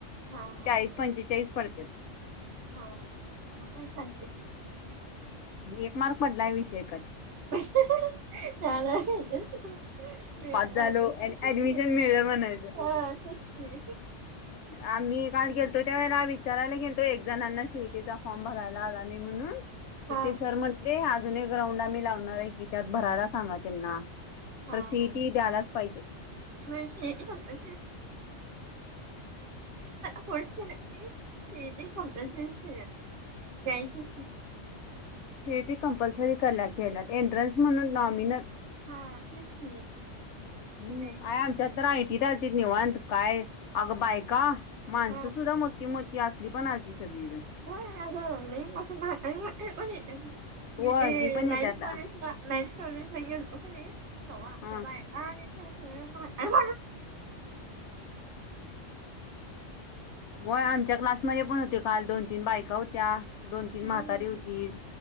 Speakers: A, on the right (about 50°); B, on the left (about 70°).
A: हा हा
B: चाळीस
A: हा
B: पंचेचाळीस पडत्यात
A: हा हा
B: एक मार्क पडले विषय कट
A: हह हाह स््रियाला
B: पास झालो
A: ऍडमिशन <unintelligible>
B: ऍडमिशन मिळलं म्हणायचं
A: हा तेच की
B: आम्ही काल गेलतो त्या वेला विचारायला गेलतो एक जणांना सीट फॉर्म भरायला आला नाही म्हणून
A: हा
B: सर म्हंटले अजून एक राऊंड आम्ही लावणार आहे की त्यात भरायला सांगा त्यांना
A: हा
B: खरं सीईटी
A: हा
B: द्यायलाच पाहिजे
A: <unintelligible> कुठला पण कोर्स केला आणि सीईटी कंपल्सरी शहाऐंशी.
B: हे ती कंपल्सरी कला केल्या एंट्रन्स म्हणून नॉमिनल
A: हा हम्
B: काय
A: हम्
B: आमच्यात तर आयटीत आलती निवांत काय अग बायका माणसं
A: हा
B: सुद्धा मोठी मोठी असली पण आलती. सगळीजण
A: होय अग लय मोठी मोठी पण येते. म
B: होय
A: ए
B: ती पण
A: लाईनस
B: येत्यात
A: कॉलेस ला लाईनस कॉलेजला गेलतो का नाही. ते
B: हा
A: बायका आणि नाही
B: हो आमच्या क्लासमध्ये पण होते काल दोन तीन बायका होत्या दोन तीन
A: हम्म
B: म्हातारी होती